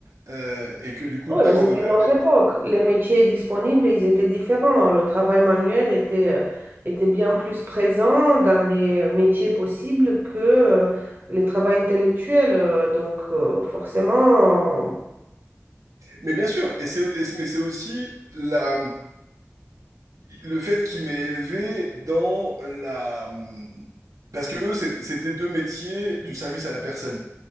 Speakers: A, on the right (about 85°); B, on the right (about 40°).
A: hein, euh, et que du coup
B: Oui,
A: de pouvoir
B: mais c'était
A: me permettre.
B: une autre époque. Les métiers disponibles, ils étaient différents. hein. Le travail manuel était, euh, était bien plus présent dans les métiers possibles que euh, les travaux intellectuels. Euh, Donc, euh, forcément,
A: Mais bien sûr, et c'est, et c'est- mais c'est aussi la, le fait qu'il m'ait élevé dans la, parce que eux, c'est- c'était deux métiers du service à la personne.